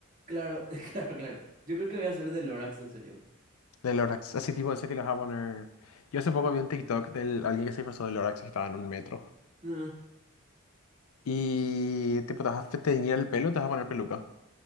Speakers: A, on the right; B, on the left.
A: Claro, <laughs> claro, claro. Yo creo que voy a hacer de Lorax, en serio.
B: De Lorax. Así tipo, ese que los va a poner. Yo hace poco vi un TikTok de alguien que se disfrazó de Lorax y que estaba en un metro.
A: Ah,
B: Y tipo, te vas a fe- teñir el pelo, te vas a poner peluca.